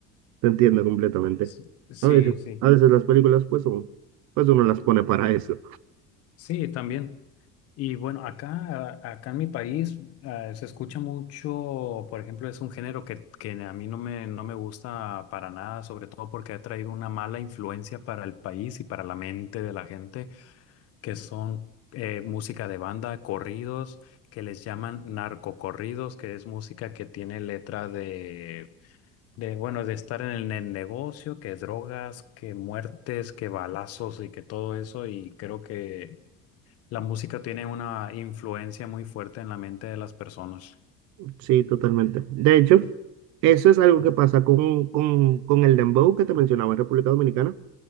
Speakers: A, on the right (about 70°); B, on the left (about 55°).
A: te entiendo completamente.
B: Sí, sí,
A: A veces,
B: sí,
A: a veces las películas, pues, son, pues uno las pone para eso.
B: sí, también. Y bueno, acá, a- acá en mi país eh, se escucha mucho, por ejemplo, es un género que, que a mí no me, no me gusta para nada, sobre todo porque ha traído una mala influencia para el país y para la mente de la gente, que son eh, música de banda, corridos, que les llaman narcocorridos, que es música que tiene letra de, de bueno, de estar en el, en negocio, que drogas, que muertes, que balazos y que todo eso, y creo que... La música tiene una influencia muy fuerte en la mente de las personas.
A: Sí, totalmente. De hecho, eso es algo que pasa con, con, con el dembow que te mencionaba en República Dominicana.